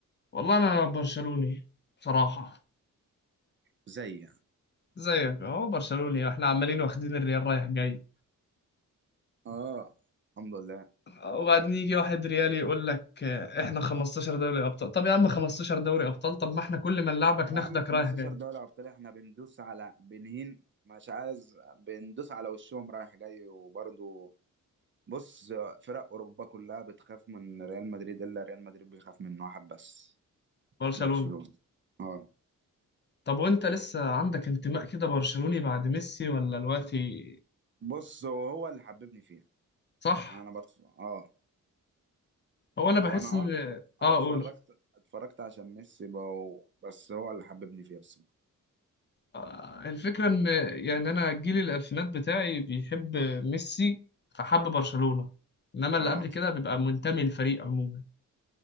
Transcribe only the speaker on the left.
والله أنا برشلوني بصراحة
زيك أهو برشلوني احنا عمالين واخدين الريال رايح جاي
وبعدين يجي واحد ريالي يقول لك آه، احنا 15 دوري أبطال طب يا عم 15 دوري أبطال طب ما احنا كل ما نلعبك
ناخدك
رايح جاي
برشلونة
طب وانت لسه عندك انتماء كده برشلوني بعد ميسي ولا دلوقتي
صح
هو انا بحس
ان اه
اقول
آه، الفكره ان يعني انا جيل الالفينات بتاعي بيحب ميسي فحب برشلونه انما اللي
قبل كده بيبقى منتمي للفريق عموما